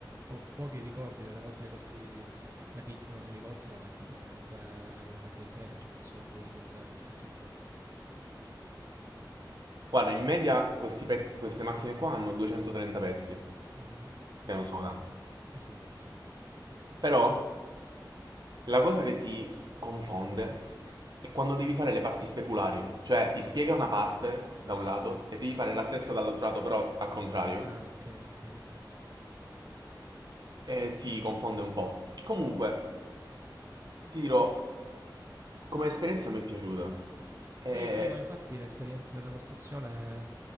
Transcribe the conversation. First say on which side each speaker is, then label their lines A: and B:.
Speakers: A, on the right; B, on the right.
A: po- pochi ricordi delle volte che costruì da piccolo un elicottero, ma è stata veramente una mezza impresa. Ci ho messo un pomeriggio intero, forse anche di più.
B: guarda, in media questi pezzi- queste macchine qua hanno 230 pezzi,
A: Mhm.
B: che non sono tanti.
A: Eh sì, sì.
B: Però la cosa che ti confonde è quando devi fare le parti speculari, cioè ti spiega una parte da un lato e devi fare la stessa dall'altro lato, però al contrario,
A: Ah, ok, ok.
B: e ti confonde un po'. Comunque, ti dirò, come esperienza mi è piaciuta. È
A: Sì, sì, ma infatti l'esperienza della costruzione